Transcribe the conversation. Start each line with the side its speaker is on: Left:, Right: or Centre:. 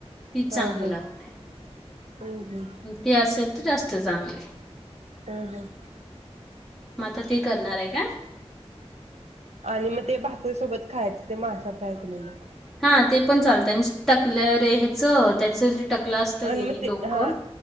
Centre: तीच
Right: हा
Centre: चांगली
Right: हा
Centre: लागते
Right: हम्म हम्म
Centre: ते असेल तर जास्त. चांगले.
Right: हम् हम्म.
Centre: म आता ते- करणार आहे का?
Right: आणि मग ते भाकरीसोबत खायचं ते मासा तयार केलेलं.
Centre: हा ते पण चालतं आणि टाकलं रे ह्याच त्याच टेकलेलं असतं
Right: आणि
Centre: किनी
Right: मग ते
Centre: डोकं
Right: हा